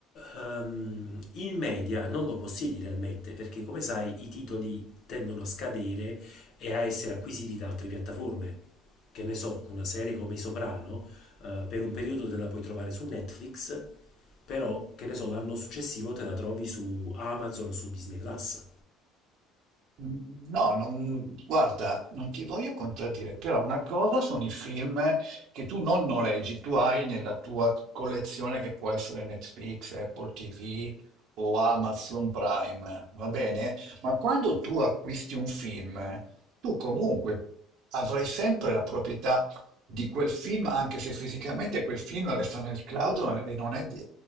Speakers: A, on the left; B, on the right.
A: ehm, in media non lo possiedi realmente, perché come sai i titoli tendono a scadere e a essere acquisiti da altre piattaforme. Che ne so, una serie come I Soprano, eh, per un periodo te la puoi trovare su Netflix però, che ne so, l'anno successivo te la trovi su Amazon o su Disney Plus.
B: No, non, guarda, non ti voglio contraddire, però una cosa sono i film che tu non noleggi, tu hai nella tua collezione che può essere Netflix, Apple TV o Amazon Prime, va bene? Ma quando tu acquisti un film, tu comunque avrai sempre la proprietà di quel film, anche se fisicamente quel film resta nel cloud e non è,